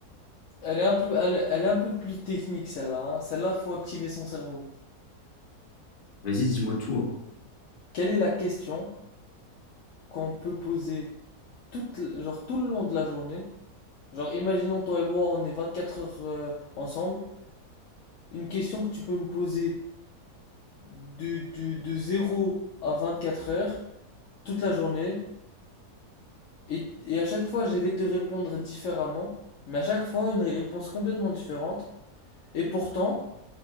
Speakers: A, on the left; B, on the left.
A: Elle est un peu, elle, elle est un peu plus technique celle-là. hein. Celle-là, faut activer son cerveau.
B: Vas-y, dis-moi tout. hein.
A: Quelle est la question qu'on peut poser toute, genre, tout le long de la journée. Genre, imaginons toi et moi, on est 24 heures euh, ensemble. Une question que tu peux me poser de, de, de zéro à 24 heures, toute la journée. Et, et à chaque fois, je vais te répondre différemment. Mais à chaque fois, une réponse complètement différente. Et pourtant,